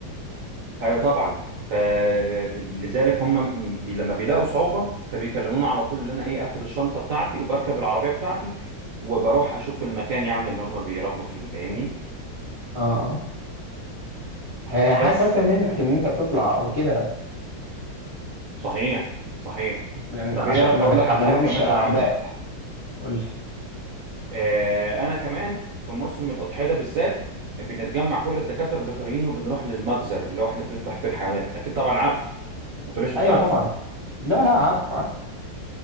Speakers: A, on the right; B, on the left.
A: ايوه طبعا فلذلك هم م- بي- لما بيلاقوا صعوبة فبيكلموني على طول ان انا ايه اخد الشنطة بتاعتي وبركب العربية بتاعتي وبروح اشوف المكان يعني اللي هم بيربوا فيه فاهمني
B: اه اه هي
A: بس
B: حاجه كويسه منك ان انت بتطلع وكده
A: صحيح صحيح
B: لان
A: طب
B: عشان
A: ايه رايك
B: ما
A: اقول
B: بتحملهمش
A: لك على حاجة كمان
B: اعباء
A: بنعملها
B: قول
A: آه، انا كمان في موسم الاضحيه ده بالذات بنتجمع كل الدكاتره البيطريين وبنروح للمجزر اللي هو احنا بنذبح فيه الحيوانات اكيد طبعا عارف ما تقوليش مش
B: ايوه
A: عارف
B: طبعا لا لا عارف عارف